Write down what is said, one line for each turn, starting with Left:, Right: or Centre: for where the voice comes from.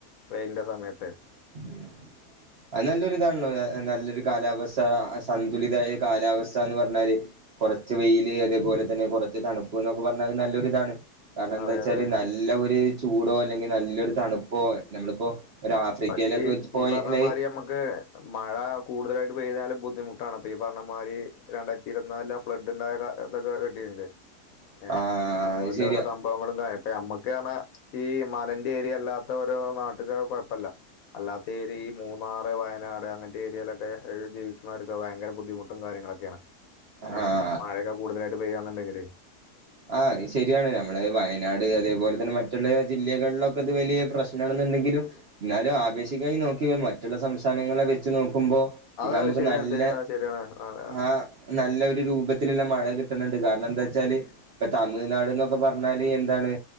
Left: വെയിലിന്റെ സമയത്ത്
Right: ഉ <inaudible> അത് നല്ലൊര്താണല്ലോ എഹ് നല്ലൊരു കാലാവസ്ഥ സന്തുലിതായ കാലാവസ്ഥ ന്ന് പർഞ്ഞാല് കൊറച്ച് വെയില് അതേപോലെ തന്നെ കൊറച്ച് തണുപ്പ് ന്നൊക്കെ പർഞ്ഞാ അത് നല്ലൊരിതാണ്. കാരണന്താച്ചാല്
Left: അതെ അതെ അതെ
Right: നല്ല ഒര് ചൂടോ അല്ലെങ്കി നല്ലൊരു തണ്പ്പോ നമ്മളിപ്പോ ഒരു ആഫ്രിക്കയിലൊക്കെ
Left: പക്ഷേ
Right: വെച്ച് പോയാല്
Left: ഈ പർഞ്ഞ മാരി അമ്മക്ക് മഴ കൂടുതലായിട്ട് പെയ്താല് ബുദ്ധിമുട്ടാണ് പ്പൊ ഈ പർഞ്ഞമാരി രണ്ടായിരത്തി ഇരുവത് നാലിലോ ഫ്ലഡ് ണ്ടായകാ <unintelligible>
Right: <inaudible>
Left: ഏഹ്
Right: ആഹ്
Left: അത്പോലെല്ല
Right: അത് ശരിയാ
Left: ഓരോ സം ഭവങ്ങളും കാര്യ പ്പ അമ്മക്കാർണ ഈ മലന്റെരിയ ല്ലാത്തോരോ നാട്ടില് കൊഴപ്പല്ല. അല്ലാത്തെരിയി മൂന്നാറ്, വയനാട് അങ്ങൻത്തെരിയെലൊക്കെ ഒര് ജീവിക്കുന്നവർക്ക് ഭയങ്കര ബുദ്ധിമുട്ടും കാര്യങ്ങളൊക്കെണ്.
Right: ആഹ്
Left: ഏഹ് മയെക്കെ കൂടുതലായിട്ട് പെയ്യന്ന്ണ്ടെങ്കില്
Right: ആഹ് ഇ ശെര്യാണ് നമ്മളെ വയനാട് അതേപോലെ തന്നെ മറ്റുള്ള ജില്ലകളിലൊക്കെ ഇത് വലിയ പ്രശ്നമാണെന്നുണ്ടെങ്കിലും ന്നാലും ആപേക്ഷികായി നോക്ക്യാ മറ്റുള്ള സംസ്ഥാനങ്ങളെ വെച്ച് നോക്കുമ്പോ
Left: അതെ
Right: ഇതാ അമ്മക്ക്
Left: ശരിയാണ്
Right: നല്ല
Left: ശരിയാണ് ശരിയാണ് അതെ
Right: ആഹ് നല്ല ഒരു രൂപത്തില്ളള മഴ കിട്ട്ണ് ണ്ട് കാരണന്താ ച്ചാല് ഇപ്പൊ തമിഴ്നാട് ന്നൊക്കെ പർഞ്ഞാല് എന്താണ്